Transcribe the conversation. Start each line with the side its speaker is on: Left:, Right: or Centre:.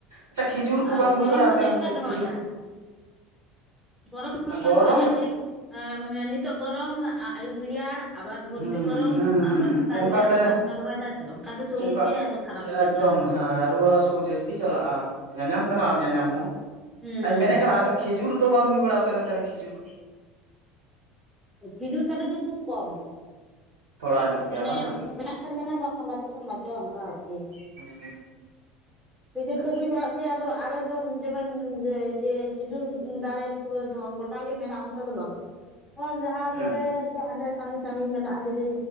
Right: ᱟᱪᱪᱷᱟ ᱠᱷᱤᱡᱩᱨ ᱠᱚ
Centre: ᱟᱨ
Right: ᱵᱟᱝ ᱦᱩᱭ
Centre: ᱜᱚᱨᱚᱢ
Right: ᱵᱟᱲᱟᱜ-ᱟ
Centre: ᱦᱚᱸ
Right: ᱟᱯᱮ
Centre: ᱪᱮᱫ
Right: ᱚᱱᱛᱮ
Centre: ᱞᱮᱠᱟ ᱫᱚᱦᱚᱭᱮᱜᱼᱟ
Right: ᱠᱷᱤᱡᱩᱨ
Centre: ᱜᱚᱨᱚᱢ ᱦᱚᱸ ᱱᱚᱝᱠᱟ
Right: ᱜᱚᱨᱚᱢ
Centre: ᱫᱚᱦᱚᱭᱮᱫᱼᱟ ᱡᱮ ᱱᱤᱛᱳᱜ ᱜᱚᱨᱚᱢ ᱟᱹᱭᱩᱵ ᱨᱮᱭᱟᱲ ᱟᱵᱟᱨ ᱵᱷᱳᱨᱛᱮ
Right: ᱦᱩᱸ
Centre: ᱜᱚᱨᱚᱢ
Right: ᱦᱩᱸ ᱦᱩᱸ
Centre: ᱟᱵᱟᱨ ᱥᱮᱛᱟᱜ
Right: ᱚᱱᱠᱟᱛᱮ
Centre: ᱨᱮᱭᱟᱲ ᱚᱱᱮ ᱚᱱᱠᱟ ᱫᱚᱦᱚᱭᱮᱫᱟ ᱥᱮ ᱚᱱᱠᱟᱛᱮ ᱥᱚᱨᱤᱨ
Right: ᱚᱱᱠᱟ
Centre: ᱜᱮ ᱠᱷᱟᱨᱟᱯ ᱤᱫᱤᱜ
Right: ᱮᱠᱫᱚᱢ
Centre: ᱠᱟᱱᱟ
Right: ᱦᱮᱸ ᱨᱩᱣᱟ ᱦᱟᱥᱩ ᱡᱟᱥ ᱛᱤ ᱪᱟᱞᱟᱜᱼᱟ ᱧᱟᱧᱟᱢ ᱠᱟᱱᱟ ᱟᱨ ᱧᱟᱧᱟᱢ ᱦᱚᱸ
Centre: ᱦᱩᱸ
Right: ᱟᱧ
Centre: ᱦᱩᱸ
Right: ᱢᱮᱱᱮᱫ ᱠᱟᱱᱟ ᱟᱪᱪᱷᱟ ᱠᱷᱮᱡᱩᱨ ᱫᱚ ᱵᱟᱝ ᱦᱩᱭ ᱵᱟᱲᱟ-ᱟ ᱟᱯᱮ ᱱᱟᱠᱷᱟᱨᱮ ᱠᱷᱮᱡᱩᱨ
Centre: ᱠᱷᱤᱡᱩᱨ ᱫᱟᱨᱮ ᱫᱚ ᱠᱷᱩᱵ ᱠᱚᱢ
Right: ᱛᱷᱚᱲᱟ ᱧᱚᱜ ᱜᱮᱭᱟ
Centre: ᱢᱟᱱᱮ
Right: ᱵᱟᱝᱟ
Centre: ᱢᱮᱱᱟᱜ ᱠᱷᱟᱱ ᱢᱮᱱᱟ ᱵᱟᱝᱠᱷᱟᱱ ᱵᱟᱪᱩ ᱠᱷᱟᱱ ᱵᱟᱪᱚᱜᱼᱟ ᱚᱱᱠᱟ ᱟᱨᱠᱤ
Right: ᱦᱩᱸ
Centre: ᱠᱷᱤᱡᱩᱨ
Right: ᱟᱪᱪᱷᱟ
Centre: ᱫᱚ
Right: ᱟᱪᱪᱷᱟ
Centre: ᱦᱩᱭ ᱵᱟᱲᱟᱜ ᱜᱮ ᱟᱫᱚ ᱟᱞᱮ ᱫᱚ ᱡᱮᱢᱚᱱ ᱡᱮ ᱡᱮ ᱠᱷᱤᱡᱩᱨ ᱫᱟᱨᱮ ᱯᱩᱨᱟᱹ ᱫᱚ ᱜᱚᱴ ᱜᱚᱴᱟ ᱜᱮ ᱢᱮᱱᱟᱜᱼᱟ ᱚᱱᱠᱟ ᱫᱚ ᱵᱟᱝ ᱡᱟᱦᱟᱸ
Right: ᱦᱮᱸ
Centre: ᱨᱮ ᱦᱟᱸᱰᱮ ᱥᱟᱺᱜᱤᱧ ᱥᱟᱺᱜᱤᱧ ᱢᱮᱱᱟᱜᱼᱟ ᱡᱩᱫᱤ